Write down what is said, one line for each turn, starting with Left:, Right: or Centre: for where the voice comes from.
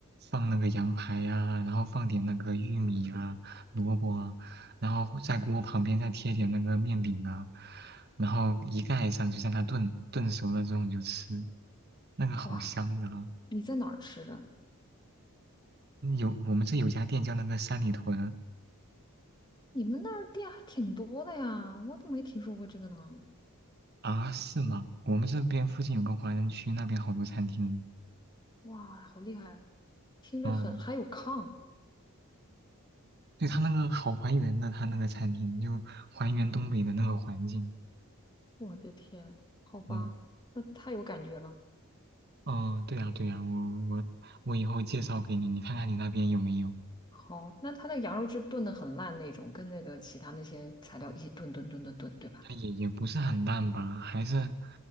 Right: 放那个羊排呀、然后放点那个玉米啊、萝卜啊然后在锅旁边再贴点那个面饼啊，然后一盖上就在那炖，炖熟了之后你就吃，那个好香的啊！
Left: 哇，你在哪儿吃的？
Right: 嗯有我们这有家店叫那个三里屯
Left: 你们那儿店还挺多的呀，我怎么没听说过这个呢。
Right: 啊，是吗？我们这边附近有个华人区，那边好多餐厅。
Left: 哇，好厉害！听着很，
Right: 哦，
Left: 还有炕。
Right: 对，它那个好还原的，它那个餐厅就还原东北的那个环境。
Left: 我的天，好吧，
Right: 嗯，
Left: 那太有感觉了。
Right: 哦，对呀，对呀，我我我以后介绍给你，你看看你那边有没有？
Left: 好，那它那羊肉就炖的很烂那种，跟那个其他那些材料一起炖炖炖炖炖，对吧？
Right: 它也也不是很烂吧，还是